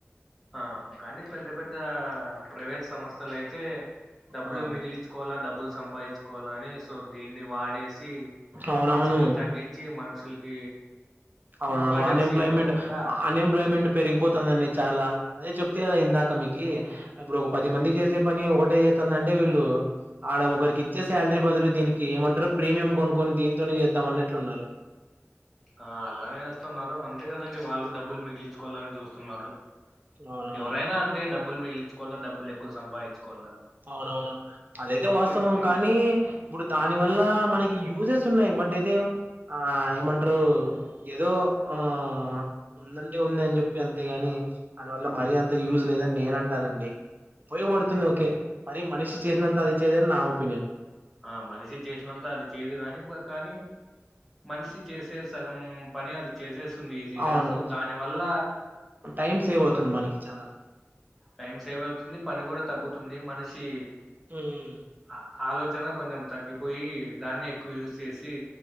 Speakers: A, in the centre; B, on the right.
A: ఆ కానీ పెద్ద పెద్ద ప్రైవేట్ సంస్థలు అయితే డబ్బులు
B: ఆ
A: మిగిలించ్చుకోవాలా డబ్బులు సంపాదించుకోవాలా అని సో దీన్ని వాడేసి షి
B: అవునవును
A: మనుషుల్ని తగ్గించి మనుషులకి
B: అవునవును
A: ఇంపార్టెన్స్
B: అన్ ఎంప్లాయమెంట్
A: ఇవ్వకోకుండా
B: అన్ ఎంప్లాయమెంట్ పెరిగిపోతుందండి చాలా అదే చెప్తి కదా ఇందాక మీకి ఇప్పుడు ఒక పది మంది చేసే పని ఒకటే చేస్తుందింటే వీళ్ళు అడ ఒకరికి ఇచ్చే శాలరీ బదులు దీనికి ఏమంటారు ప్రీమియం కొనుక్కొని దీనింతోనే చేద్దాం అన్నట్లున్నారు
A: ఆ అలానే వస్తున్నారు అంతే కదండి వాళ్ళు డబ్బులు మిగిలించుకోవాలని చూస్తున్నారు.
B: అవునవును
A: ఎవరైనా అంటే డబ్బులు మిగిలిచ్చుకోవాల డబ్బులు ఎక్కువ సంపాదించుకోవాలా
B: అవునవును అదైతే
A: ఊరికే
B: వాస్తవం
A: ఫ్రీ
B: కానీ ఇప్పుడు దాని వల్ల మనకి యూజెస్ ఉన్నాయి బట్ అయితే ఆ ఏమంట్రూ ఏదో ఆ ఉందంటే ఉంది అని చెప్పి అంతేగాని దానివల్ల మరీ అంత యూజ్ లేదని నేన్ అంటానండి ఉపయోగపడుతుంది ఓకే మరి మనిషి చేసినంత అది చేయదని నా ఒపీనియన్
A: ఆ మనిషి చేసినంత అది చేయదు కాని బ కాని మనిషి చేసే సగం పని అది చేసేసి స్తుంది ఈజీగా
B: అవును.
A: సో దాని వల్ల
B: టైం సేవ్ అవుతుంది
A: కొం
B: మనకి చానా.
A: టైం సేవ్ అవుతుంది పని కూడా తగ్గుతుంది మనిషి
B: హుమ్మ్
A: అ ఆలోచన కొంచెం తగ్గిపోయి దాన్నే ఎక్కువ యూజ్ చేసి